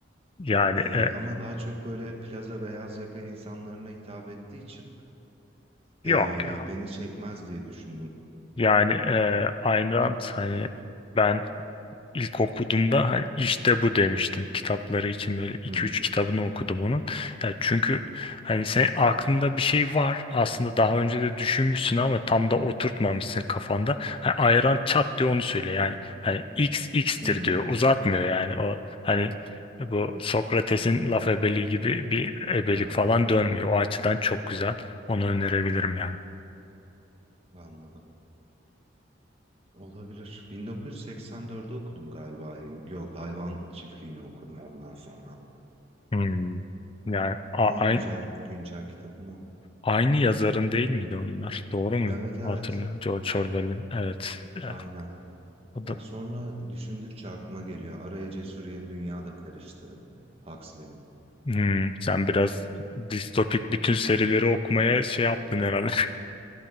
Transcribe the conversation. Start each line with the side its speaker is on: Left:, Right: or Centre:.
Left: Yani
Right: Ee,
Left: e,
Right: ama daha çok böyle plaza beyaz yaka insanlarına hitap ettiği için
Left: yok
Right: ee,
Left: ya.
Right: beni çekmez diye düşündüm.
Left: Yani e, Ayn Rand hani ben İlk okuduğumda "Ha, işte bu demiştim kitapları için böyle iki
Right: Hmm.
Left: üç kitabını okudum onun. Ya çünkü hani sen aklında bir şey var aslında daha önce de düşünmüşsün ama tam da oturtmamışsın kafanda. Hani ayran çat diyor onu söylüyor yani hani x x'tir
Right: Hmm.
Left: diyor uzatmıyor yani o hani bu Sokrates'in laf ebeliği gibi bir ebelik
Right: Evet.
Left: falan dönmüyor. O açıdan çok güzel onu önerebilirim yani.
Right: Anladım. Olabilir. 1984'de okudum galiba. en- Yok, hayvan çiftliğini okudum ondan sonra.
Left: Hmm. Yani a-
Right: En
Left: ay-
Right: güzel güncel kitabım o.
Left: Aynı yazarın değil miydi onlar? Doğru mu
Right: Evet evet.
Left: hatırlıyorum? George Orwell'in. Evet. E,
Right: Aynen.
Left: O da...
Right: Bak sonra düşündükçe aklıma geliyor. Araya Cesur Yeni Dünya da karıştı. Huxley'nin.
Left: Hmm, sen biraz distopik bütün serileri okumaya şey yaptın herhalde.